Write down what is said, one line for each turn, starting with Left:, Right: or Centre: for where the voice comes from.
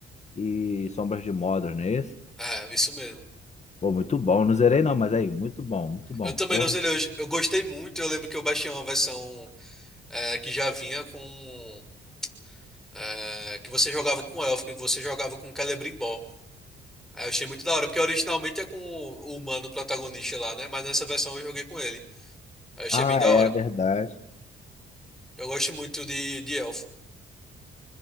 Left: E Sombras de Mordor, não é isso?
Centre: É, isso mesmo.
Left: Pô, muito bom. Não zerei não, mas aí, muito bom, muito bom.
Centre: Eu também
Left: Porra.
Centre: não sei, eu, eu gostei muito, eu lembro que eu baixei uma versão é, que já vinha com... é, que você jogava com elfo, que você jogava com Celebrimbor. Aí eu achei muito da hora, porque originalmente é com o humano protagonista lá, né? Mas nessa versão eu joguei com ele. Aí eu achei
Left: Ah,
Centre: bem da
Left: é
Centre: hora.
Left: verdade.
Centre: Eu gosto muito de, de elfo.